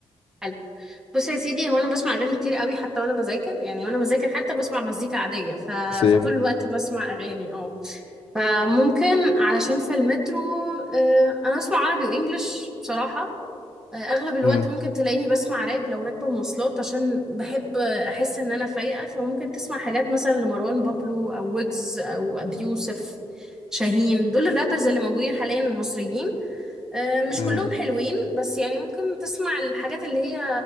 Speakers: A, in the centre; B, on the left (about 75°).
A: حلو بص يا سيدي هو انا بسمع اغاني كتير قوي حتى وانا بذاكر يعني وانا بذاكر حتى بسمع مزيكا عاديه ف...
B: سيم
A: فطول الوقت بسمع اغاني اه فممكن علشان في المترو آه، انا بسمع عربي وانجليش بصراحه آه، اغلب الوقت
B: امم
A: ممكن تلاقيني بسمع راب لو راكبه مواصلات عشان بحب آه، احس ان انا فايقه فممكن تسمع حاجات مثلا لمروان بابلو او ويجز او ابي يوسف شاهين دول الرابرز اللي موجودين حاليا المصريين آه، مش
B: امم
A: كلهم حلوين بس يعني ممكن تسمع الحاجات اللي هي